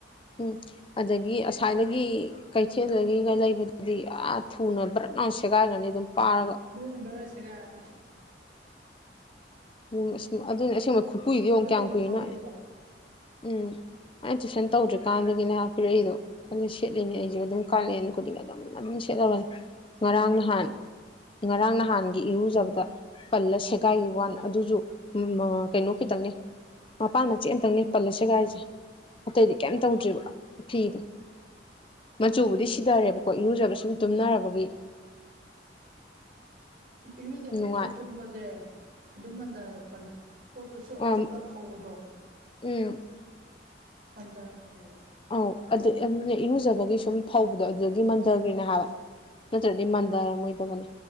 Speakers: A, on the left; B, on the right.
A: ꯎꯝ ꯑꯗꯒꯤ ꯑꯁ꯭ꯋꯥꯥꯏꯗꯒꯤ ꯀꯩꯊꯦꯜꯗꯒꯤꯒ ꯂꯩꯕꯗꯨꯗꯤ ꯑꯥ ꯊꯨꯅ ꯕ꯭ꯔꯠꯅ ꯁꯦꯒꯥꯏꯒꯅꯤ ꯑꯗꯨꯝ ꯄꯥꯔꯒ
B: ꯑꯗꯨꯅ ꯕꯔꯅ ꯁꯦꯒꯥꯏꯕ
A: ꯎꯝ ꯑꯁ ꯑꯗꯨꯅꯤ ꯑꯁꯦꯡꯕ ꯈꯨꯀꯨꯏꯗꯤ ꯌꯦꯡꯉꯨ ꯀꯌꯥꯝ
B: ꯀꯨꯏꯅ
A: ꯀꯨꯏꯅꯣ
B: ꯈꯥꯡꯗꯦꯕ
A: ꯎꯝ ꯑꯩꯅ ꯇꯨꯏꯁꯟ ꯇꯧꯗ꯭ꯔꯤꯀꯥꯟꯗꯒꯤꯅꯦ ꯍꯥꯏꯕ ꯄꯤꯔꯛꯏꯗꯣ ꯑꯗꯨ ꯁꯦꯠꯂꯤꯅꯦ ꯑꯩꯖꯨ ꯑꯗꯨꯝ ꯀꯥꯂꯦꯟ ꯈꯨꯗꯤꯡ ꯑꯗꯨꯝ ꯑꯗꯨꯝ ꯁꯦꯠꯂꯕꯅꯤ ꯉꯔꯥꯡ ꯅꯍꯥꯟ ꯉꯔꯥꯡ ꯅꯍꯥꯟꯒꯤ ꯏꯔꯨꯖꯕꯗ ꯄꯜꯂ ꯁꯦꯒꯥꯏꯒꯤ ꯋꯥꯟ ꯑꯗꯨꯁꯨ ꯀꯩꯅꯣ ꯈꯤꯇꯪꯅꯦ ꯃꯄꯥꯟ ꯃꯆꯦꯠ ꯑꯃꯇꯪꯅꯦ ꯄꯜꯜꯂꯤꯦ ꯁꯦꯒꯥꯏꯁꯦ ꯑꯇꯩꯗꯤ ꯀꯩꯝ ꯇꯧꯗ꯭ꯔꯤꯕ ꯐꯤꯗꯣ ꯃꯆꯨꯕꯨꯗꯤ ꯁꯤꯊꯔꯦꯕ ꯍꯈꯣꯏ ꯏꯔꯨꯖꯕꯒ ꯁꯨꯝ ꯇꯨꯝꯅꯔꯕꯒꯤ
B: ꯏꯔꯨꯖꯕꯩ
A: ꯅꯨꯡꯉꯥꯏ
B: ꯇꯨꯝꯕꯁꯦ ꯑꯗꯨꯝ ꯃꯟꯊꯔꯛꯄꯅꯦ ꯄꯣꯠꯇꯨ ꯆꯣꯠꯂ
A: ꯑꯝ
B: ꯆꯣꯠꯂ ꯐꯧꯕꯗꯣ
A: ꯎꯝ
B: ꯍꯟꯊꯔꯛꯄꯅꯦꯕ
A: ꯑꯧ ꯑꯗꯨ ꯑꯗꯨ ꯏꯔꯨꯖꯕꯒꯤ ꯁꯨꯝ ꯐꯧꯕꯗꯣ ꯑꯗꯨꯒꯤ ꯃꯟꯊꯈꯔꯤꯅ ꯍꯥꯏꯕ ꯅꯠꯇ꯭ꯔꯗꯤ ꯃꯟꯗ ꯑꯔꯝ ꯑꯣꯏꯗꯕꯅꯤ